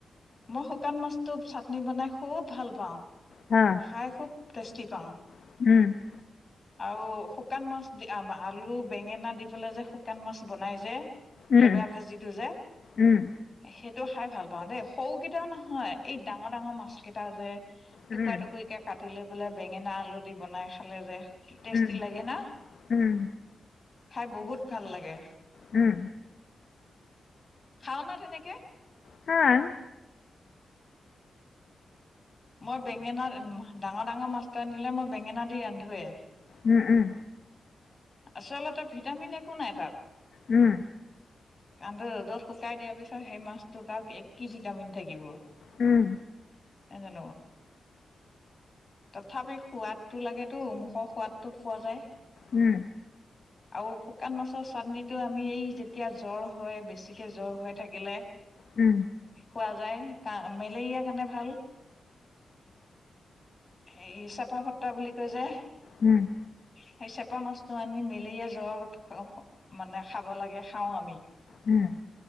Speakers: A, on the left; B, on the left.
A: মই শুকান মাছটো চাটনি‌ বনাই খুব ভাল পাওঁ।
B: হা
A: খাই খুব টেষ্টি পাওঁ।
B: উম
A: আৰু শুকান মাছ দি আলু, বেঙেনা দি পেলাই যে শুকান মাছ বনাই যে
B: উম
A: লেবেয়া ভাজিটো যে
B: উম
A: সেইটো খাই ভাল পাওঁ দেই সৰুকেইটা নহয় এই ডাঙৰ ডাঙৰ মাছ কেইটা যে
B: উম
A: টুকুৰা টুকুৰি কে কাটি লৈ পেলায় বেঙেনা, আলু দি বনাই খালে যে টেষ্টি
B: উম
A: লাগে না
B: উম
A: খাই বহুত ভাল লাগে।
B: উম
A: খাওঁ না তেনেকে?
B: খাঙ
A: মই বেঙেনা ডাঙৰ ডাঙৰ মাছটো আনিদিলে মই বেঙেনা দি ৰান্ধোৱে
B: উম উম
A: আচলতে ভিটামিন একো নাই তাত
B: উম
A: কাৰণটো ৰ'দত শুকাই দিয়াৰ পিছত সেই মাছটোত আৰু এক কেজি ভিটামিন থাকিব
B: উম
A: এ জানো তথাপি সোৱাদটো লাগেতো মুখৰ সোৱাদটো পোৱা যায়
B: উম
A: আৰু শুকান মাছ চাটনিটো আমি এই যেতিয়া জ্বৰ হয় বেছিকে জ্বৰ হৈ থাকিলে
B: উম
A: খোৱা যায়। কা মেলেৰিয়া কাৰণে ভাল হেই চেপা ভট্টা বুলি কয় যে
B: উম
A: সেই চেপা মাছটো আনি মেলেৰিয়া জ্বৰ মানে খাব লাগে খাওঁ আমি।
B: উম